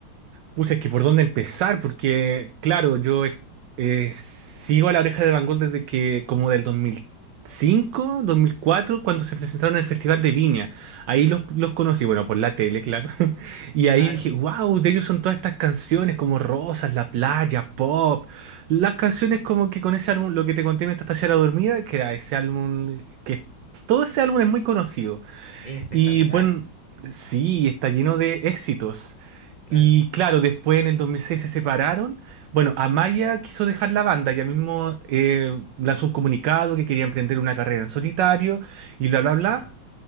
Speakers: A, on the right; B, on the right.
A: Pues es que por dónde empezar, porque claro, yo eh, eh, sigo a La Oreja de Van Gogh desde que, como del dos dos mil cinco dos mil cuatro cuando se presentaron en el Festival de Viña. Ahí los, los conocí, bueno, por la tele, claro. <laughs> Y ahí
B: Claro.
A: dije, wow, de ellos son todas estas canciones como Rosas, La Playa, Pop. Las canciones como que con ese álbum, lo que te conté mientras te hacía la dormida, que era ese álbum, que todo ese álbum es muy conocido.
B: Es espectacular,
A: Y bueno, sí, está lleno de éxitos.
B: claro.
A: Y claro, después en el 2006 se separaron. Bueno, Amaya quiso dejar la banda, ella mismo eh, lanzó un comunicado que quería emprender una carrera en solitario y bla, bla, bla.
B: Ah,